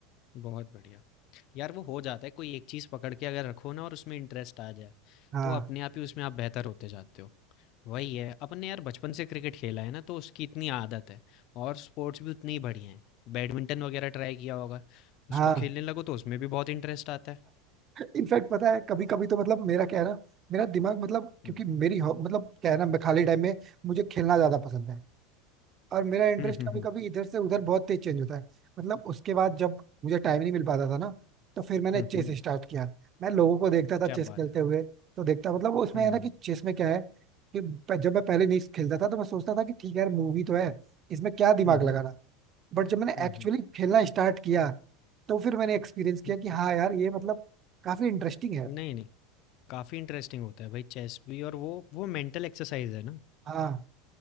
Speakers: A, on the left; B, on the right.
A: बहुत बढ़िया। यार वो हो जाता है कोई एक चीज़ पकड़ के अगर रखो ना और उसमें इंटरेस्ट आ जाए
B: हाँ
A: तो अपने आप ही उसमें आप बेहतर होते जाते हो वही है अपन ने यार बचपन से क्रिकेट खेला है ना तो उसकी इतनी आदत है और स्पोर्ट्स भी उतनी ही बढ़िया हैं बैडमिंटन वगैरह ट्राई किया होगा उसको
B: हाँ
A: खेलने लगो तो उसमें भी बहुत इंटरेस्ट आता है
B: इनफैक्ट पता है कभी कभी तो मतलब मेरा क्या है ना मेरा दिमाग मतलब क्योंकि
A: हम्म
B: मेरी हॉब- मतलब क्या है ना मैं खाली टाइम में मुझे खेलना ज्यादा पसंद है और मेरा इंटरेस्ट
A: हम्म हम्म
B: कभी
A: हम्म
B: कभी इधर से उधर बहुत तेज चेंज होता है मतलब उसके बाद जब मुझे टाइम नहीं मिल पाता था ना तो फिर मैंने
A: हम्म,
B: चेस
A: हम्म,
B: स्टार्ट किया मैं लोगों को देखता था
A: क्या
B: चेस
A: बात
B: खेलते
A: है
B: हुए तो देखता मतलब वो उसमें
A: हम्म
B: है ना कि चेस में क्या है कि प- जब मैं पहले नहीं खेलता था तो मैं सोचता था कि ठीक है यार मूवी तो है इसमें क्या दिमाग
A: हम्म
B: लगाना
A: हम्म
B: बट जब मैंने
A: हम्म,
B: एक्चुअली खेलना स्टार्ट किया तो फिर मैंने एक्सपीरियंस किया
A: हम्म,
B: कि हाँ यार ये मतलब काफी इंटरेस्टिंग है
A: नहीं नहीं काफ़ी इंटरेस्टिंग होता है भाई चेस भी और वो वो मेंटल एक्सरसाइज है ना
B: हाँ